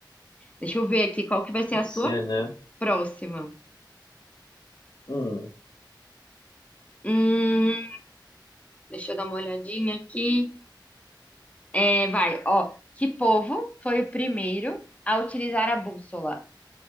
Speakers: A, on the left (about 15°); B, on the left (about 60°).
A: Deixa eu ver aqui qual que vai ser
B: não
A: a sua
B: sei, né?
A: próxima.
B: Hum.
A: Hum, deixa eu dar uma olhadinha aqui. É, vai, ó. Que povo foi o primeiro a utilizar a bússola?